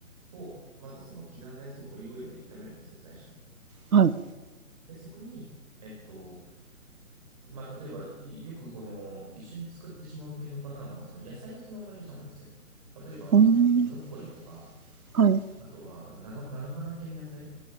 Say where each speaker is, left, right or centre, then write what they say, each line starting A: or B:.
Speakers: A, on the right; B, on the right.
A: を、まずその刻んだやつをオリーブオイルで炒めるんですよ、最初に。
B: はい。
A: で、そこに、えっと、まあ、例えば、いよくこの、一緒に作ってしまう系のパターンは、その野菜をそのまま入れちゃうんですよ。例えば、
B: うーん、
A: ブロッコリーとか、
B: はい、
A: あとは、あの、菜の、菜の花系の野菜、